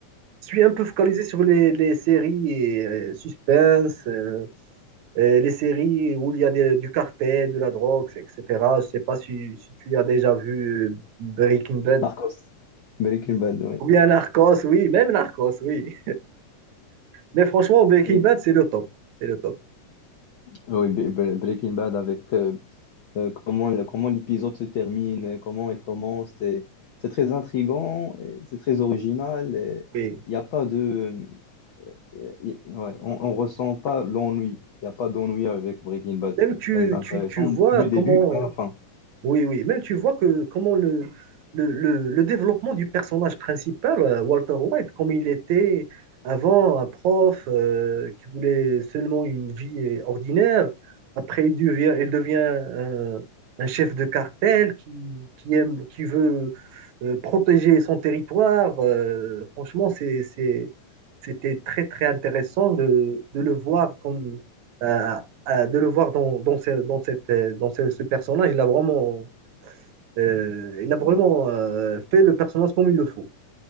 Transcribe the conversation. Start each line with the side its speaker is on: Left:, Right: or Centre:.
Right: je suis un peu focalisé sur les, les séries et euh, suspense. euh, Euh, les séries où il y a des- du cartel, de la drogue, etc. Je sais pas si, si tu as déjà vu euh, Breaking Bad.
Left: Marcos. Breaking Bad, oui.
Right: Ou bien Narcos, oui, même Narcos, oui. Mais franchement, Breaking
Left: Oui,
Right: Bad, c'est le top. C'est le top.
Left: oui, Bre- Bre- Breaking Bad avec euh, euh, comment, le- comment l'épisode se termine, euh, comment il commence. C'est c'est très intriguant, et c'est très original.
Right: Oui.
Left: Il n'y a pas de... Euh, y- ouais, on ne ressent pas l'ennui. Il n'y a pas d'ennui avec Breaking Bad.
Right: Même
Left: C'est
Right: tu,
Left: très intéressant
Right: tu, tu vois
Left: du
Right: comment
Left: début à la fin.
Right: Oui, oui, même tu vois que comment le, le, le- le développement du personnage principal, euh, Walter White, comme il était avant un prof euh, qui voulait seulement une vie euh, ordinaire, après il devient, il devient un, un chef de cartel qui, qui aime, qui veut euh, protéger son territoire. Euh, franchement, c'est, c'est- c'était très, très intéressant de, de le voir comme, euh, euh, de le voir dans, dans, ce, dans cette, euh, dans ce, ce personnage, il a vraiment, euh,
Left: C'est
Right: il a vraiment
Left: vrai.
Right: euh, fait le personnage comme il le faut.